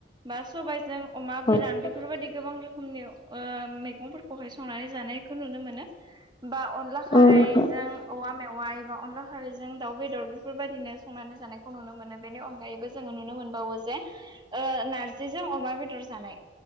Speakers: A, on the right; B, on the left.
A: बा सबायजों अमा
B: औ
A: गोरान बेफोरबायदि गोबां रोखोमनि ओ मैगंफोर बहाय संनानै जानायखौ नुनो मोनो। बा अनला खारैजों
B: औ नोंथां
A: औवा मेवा एबा अनला खारैजों दाउ बेदर बेफोरबायदिनो संनानै जानायखौ नुनो मोनो बेनि अनगायैबो जोङो नुनो मोनबावो जे ओ नारजिजों अमा बेदर जानाय